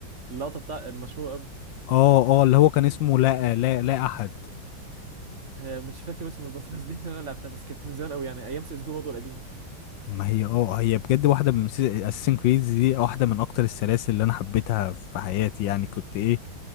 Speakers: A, on the right; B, on the left.
A: اللقطه بتاع المشهوره
B: اه اه اللي هو كان اسمه لا لا لا احد
A: آه، مش فاكر اسمه بالظبط بس دي اللي انا لعبتها بس كانت من زمان قوي يعني ايام سيس جو برضه القديمه
B: ما هي اه هي بجد واحدة من اساسن كريد دي واحدة من اكتر السلاسل اللي انا حبيتها في حياتي يعني كنت ايه